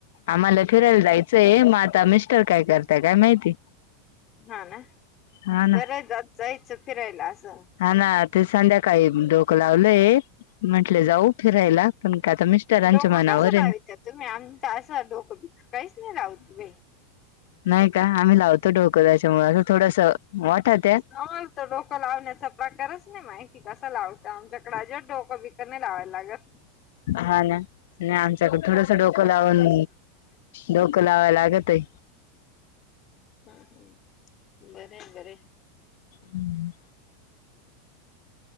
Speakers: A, on the left; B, on the left.
A: आम्हाला फिरायला जायचंय मग आता मिस्टर काय करताय काय माहिती
B: हा ना
A: हा ना
B: बरं ये जात जायचं फिरायला असं
A: हा ना ते संध्याकाळी डोकं लावलंय म्हटले जाऊ फिरायला पण का आता मिस्टरांच्या
B: डोकं
A: मनावर
B: कसं लावित्या
A: आहे ना
B: तुम्ही आमचं असं डोकं बिकं काहीच नाही राऊत भे
A: नाही का आम्ही लावतो डोकं त्याच्या मुळे असं थोडस वाटत आहे
B: आम्हाला तो डोकं लावण्याचा प्रकारच नाही माहिती कस लावत आमच्याकडे अजिबात डोकं बिक नाही लावायला लागत
A: हा ना नाही आमच्याकड थोडस डोकं लावून डोक लावाय लागत आहे
B: हम् हम्म बर बर
A: हम्म